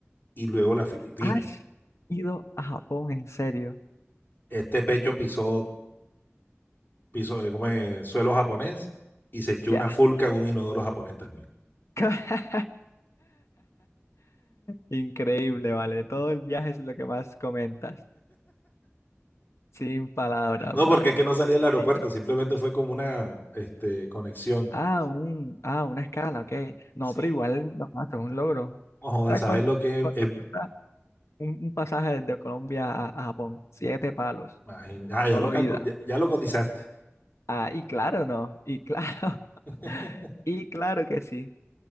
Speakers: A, on the left (about 40°); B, on the left (about 75°).
A: y luego las Filipinas.
B: ¿Has ido a Japón en serio?
A: Este pecho pisó, piso como suelo japonés y se echó
B: Ya.
A: una fulca en un inodoro japonés también.
B: <laughs> Increíble, vale. Todo el viaje es lo que más comentas. Sin palabras,
A: No,
B: vale.
A: porque es que no salí del aeropuerto,
B: Ey, pero...
A: simplemente fue como una este, conexión.
B: Ah, un, ah, una escala, ok. No,
A: Sí,
B: pero igual no mato, es un logro.
A: no jodas,
B: ¿Sabes
A: ¿sabes
B: cuánto,
A: lo que es?
B: cuánto
A: es-
B: cuesta un, un pasaje desde Colombia a, a Japón? Siete palos.
A: imagín- ah,
B: Solo
A: ya lo, calcu-
B: ida.
A: ya, ya lo cotizaste.
B: Ah, y claro, no. Y claro,
A: <laughs>
B: <laughs> y claro que sí.